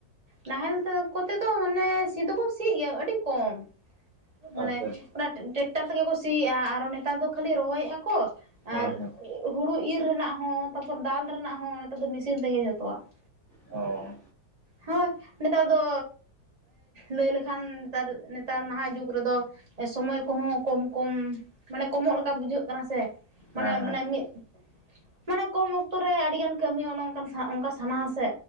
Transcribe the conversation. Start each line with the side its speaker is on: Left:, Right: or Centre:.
Right: ᱱᱟᱦᱮᱞ ᱠᱚᱸᱛᱮ ᱫᱚ ᱢᱟᱱᱮ ᱥᱤ ᱫᱚ ᱠᱚ ᱥᱤ ᱜᱮᱭᱟ ᱟᱹᱰᱤ ᱠᱚᱢ ᱾ ᱢᱟᱱᱮ
Left: ᱟᱪᱪᱷᱟ ᱟᱪᱪᱷᱟ
Right: ᱚᱱᱮ ᱴᱮᱠᱴᱟᱨ ᱛᱮᱸᱜᱮ ᱠᱚ ᱥᱤᱭᱮᱼᱟ, ᱟᱨᱚ ᱱᱮᱛᱟᱨ ᱫᱚ ᱠᱷᱟᱹᱞᱤ ᱨᱚᱦᱚᱭᱮᱫ ᱟᱠ ᱠᱚ ᱾
Left: ᱦᱮᱸ
Right: ᱟᱨ
Left: ᱦᱮᱸ
Right: ᱦᱩᱲᱩ ᱤᱨ ᱨᱮᱱᱟᱼᱜ ᱦᱚᱸ ᱛᱟᱨᱯᱚᱨ ᱫᱟᱞ ᱨᱮᱹᱱᱟᱜ ᱦᱚᱸ ᱱᱮᱛᱟᱨ ᱫᱚ ᱢᱮᱥᱤᱱ ᱛᱮᱸᱜᱮ ᱡᱚᱛᱚᱣᱟᱼᱜ ᱾
Left: ᱚᱻ
Right: ᱦᱳᱭ ᱱᱮᱛᱟᱨ ᱫᱚ ᱞᱟᱹᱭ ᱞᱮᱠᱷᱟᱱ ᱱᱮᱛᱟᱨ ᱱᱮᱛᱟᱨ ᱱᱟᱦᱟᱜ ᱡᱩᱜᱽ ᱠᱚᱨᱮᱹ ᱫᱚ ᱥᱚᱢᱚᱼᱭ ᱠᱚᱠᱚᱸ ᱠᱚᱢ ᱠᱚᱢ ᱢᱟᱹᱱᱮ ᱠᱚᱢᱚᱹᱜ ᱞᱮᱠᱟᱹ ᱵᱩᱡᱷᱟᱹᱜ ᱠᱟᱱᱟᱹ ᱥᱮ
Left: ᱦᱮᱸ
Right: ᱢᱟᱱᱮ
Left: ᱦᱮᱸ
Right: ᱢᱟᱱᱮ ᱢᱤᱫ ᱢᱟᱹᱱᱮ ᱠᱚᱢ ᱚᱼᱠᱛᱚ ᱨᱮ ᱟᱹᱰᱤ ᱜᱟᱱ ᱠᱟᱹᱢᱤ ᱚᱼᱱᱮ ᱚᱱᱠ ᱚᱱᱠᱟᱹ ᱥᱟᱱᱼᱟ ᱥᱮ᱾